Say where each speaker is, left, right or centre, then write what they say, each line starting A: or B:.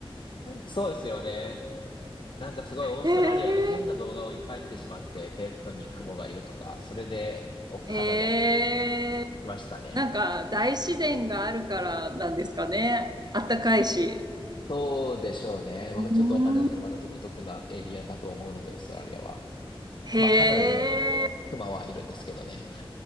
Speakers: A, on the left; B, on the right.
A: そうですよね。なんかすごいオーストラリアの変な動画をいっぱい見てしまって、
B: <laughs> へえ、
A: ベッドに雲がいるとか、それでおカナダに
B: へえ。
A: 来ましたね。
B: なんか大自然があるからなんですかね。あったかいし。
A: そうでしょうね。わかちょっとわかんないですけど、
B: うーん
A: まだ独特なエリアだと思うので、オーストラリアは。
B: へえ、
A: まあ、カナダにもクマはいるんですけどね。